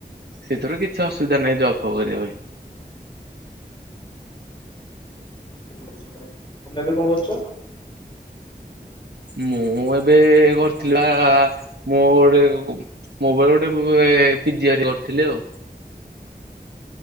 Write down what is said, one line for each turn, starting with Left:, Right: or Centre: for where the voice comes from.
Right: ସେଥିରୁ କିଛି ଅସୁବିଧା ନାହିଁ ଜବ୍ ଫବ୍ କରିବା ପାଇଁ।
Left: ତମେ ଏବେ କଣ କରୁଛ?
Right: ମୁଁ ଏବେ କରିଥିବି ବା ମୁଁ ଗୋଟେ ମୋ ପାଖରେ ଗୋଟେ ପିଜି ହ କରିଥିଲି ଆଉ